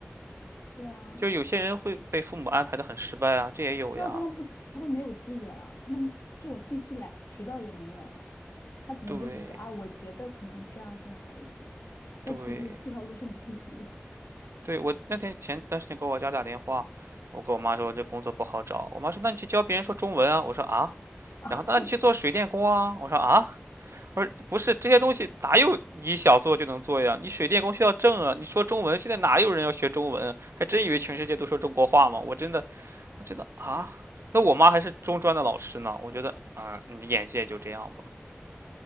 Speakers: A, on the left (about 80°); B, on the right (about 80°).
A: 对啊，
B: 就有些人会被父母安排的很失败啊，这也有呀。
A: 说到他们不，他们没有资源啊，他们这种信息来渠道也没有呀，他只能就是说啊，
B: 对
A: 我觉得可能这样更好一点，但其实这条路是你自己的。
B: 对对，我那天前段时间给我家打电话，我跟我妈说这工作不好找，我妈说那你去教别人说中文啊，我说啊，
A: 啊。
B: 然后那你去做水电工啊，我说啊。而不是这些东西哪有你想做就能做呀？你水电工需要证啊！你说中文，现在哪有人要学中文？还真以为全世界都说中国话吗？我真的，我觉得啊，那我妈还是中专的老师呢。我觉得，嗯，你眼界就这样吧。